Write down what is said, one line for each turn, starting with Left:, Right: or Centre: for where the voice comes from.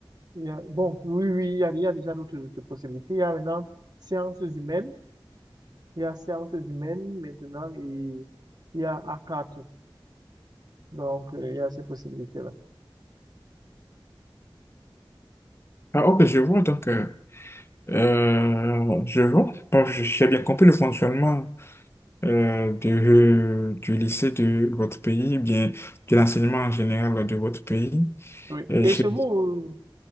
Right: il y a, bon, oui, oui, il y a, il y a déjà d'autres d'autres possibilités. Il y a maintenant sciences humaines, il y a sciences humaines maintenant, et il y a A4. Donc, euh, il y a ces possibilités-là.
Left: Ah, ok, je vois. Donc, euh, euh, je vois. Bon, je- j'ai bien compris le fonctionnement euh, de- du lycée de votre pays, bien de l'enseignement en général de votre pays.
Right: Oui.
Left: Et
Right: Et
Left: je-
Right: chez vous, euh,